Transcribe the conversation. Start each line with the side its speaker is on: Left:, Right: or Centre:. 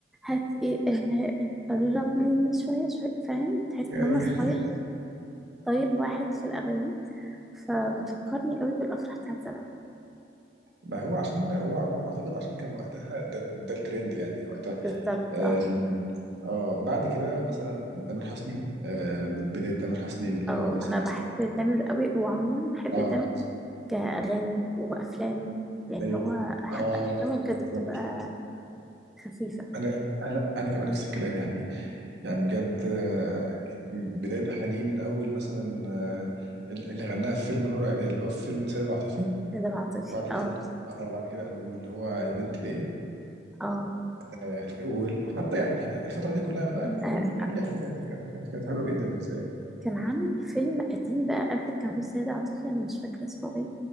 Centre: هات إيه آه، قرب مني شوية شوية فاهم تحس
Right: أي-
Centre: إن هما ستايل ستايل واحد في الأغاني فبتفكرني قوي بالأفراح بتاعت زمان
Right: ما هو عشان هو هو اعتقد عشان كان وقتها ده ده الترند يعني وقتها
Centre: بالظبط
Right: آم،
Centre: اه
Right: اه بعد كده مثلا تامر حسني آه بد- بداية تامر حسني اللي
Centre: اه
Right: هو مثلا
Centre: أنا بحب تامر قوي وعموما بحب
Right: اه
Centre: تامر كأغاني وأفلام يعني
Right: ايوه
Centre: هو حتى
Right: اه
Centre: أفلامه بجد
Right: بالظبط
Centre: بتبقى خفيفة
Right: انا انا انا كمان نفس الكلام يعني يعني بجد آه، بداية اغانيه من اول مثلا آه اللي غناها في فيلم نور اللي هو في فيلم سيد العاطفي
Centre: نادر عاطفي
Right: بعد كده
Centre: اه
Right: اه بعد كده البوم اللي هو يا بنت ليه
Centre: اه
Right: آه، وال- وحتى يعني يعني الفتره دي كلها بقى
Centre: آه،
Right: كل كل اغنيه كانت كانت كانت كانت حلوه جدا بالنسبه لي
Centre: كان عامل فيلم قديم بقى قبل كان هو السيدة عاطفي أنا مش فاكرة اسمه ايه